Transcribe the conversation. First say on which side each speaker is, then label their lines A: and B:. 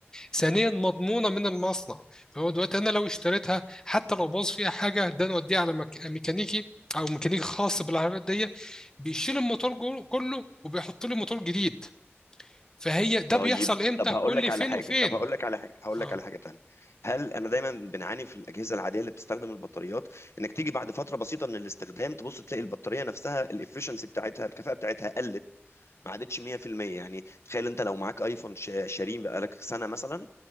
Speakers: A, on the left; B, on the left.
A: ثانيا مضمونة من المصنع فهو دلوقتي انا لو اشتريتها حتى لو باظ فيها حاجة ده انا اوديها على مك- ميكانيكي او ميكانيكي خاص بالعربيات دي بيشيل الموتور جو- كله وبيحط لي موتور جديد فهي ده
B: طيب
A: بيحصل امتى
B: طب هقول
A: كل
B: لك على
A: فين
B: حاجه
A: وفين
B: طب هقول لك على حاجه هقول
A: آه.
B: لك على حاجه تانية هل انا دايما بنعاني في الاجهزه العاديه اللي بتستخدم البطاريات انك تيجي بعد فتره بسيطه من الاستخدام تبص تلاقي البطاريه نفسها الافشنسي بتاعتها الكفاءه بتاعتها قلت ما عادتش 100% يعني تخيل انت لو معاك ايفون ش- شاريه بقالك سنه مثلا